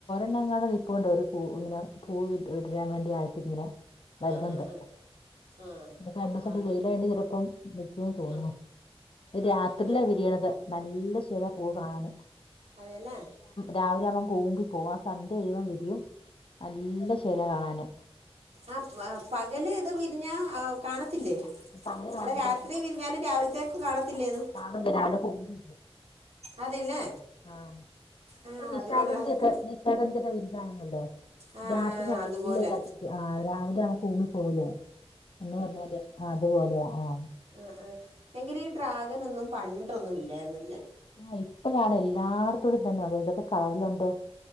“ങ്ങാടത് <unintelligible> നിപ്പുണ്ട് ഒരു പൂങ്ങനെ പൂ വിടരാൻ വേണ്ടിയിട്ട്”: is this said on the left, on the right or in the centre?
Left